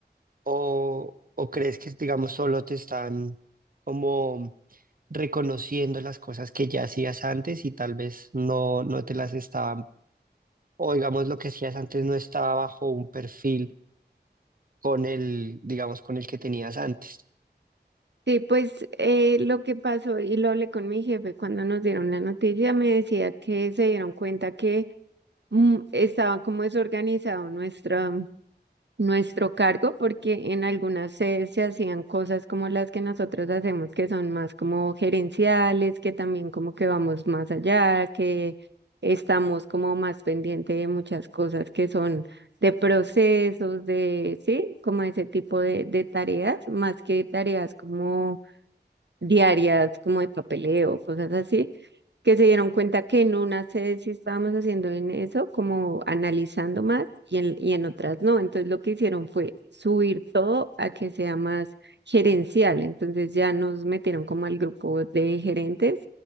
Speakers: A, on the right (about 55°); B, on the right (about 85°).
A: o, o crees que, digamos, solo te están como reconociendo las cosas que ya hacías antes y tal vez no, no te las estaban, o digamos, lo que hacías antes no estaba bajo un perfil con el, digamos, con el que tenías antes.
B: Sí, pues eh, lo que pasó, y lo hablé con mi jefe cuando nos dieron la noticia, me decía que se dieron cuenta que mm, estaba como desorganizado nuestro, nuestro cargo, porque en algunas sedes se hacían cosas como las que nosotros hacemos, que son más como gerenciales, que también como que vamos más allá, que estamos como más pendiente de muchas cosas que son de procesos, de, sí, como ese tipo de, de tareas, más que tareas como diarias como de papeleo, cosas así, que se dieron cuenta que en unas sedes sí estábamos haciendo en eso, como analizando más y en, y en otras no. Entonces lo que hicieron fue subir todo a que sea más gerencial. Entonces ya nos metieron como al grupo de gerentes,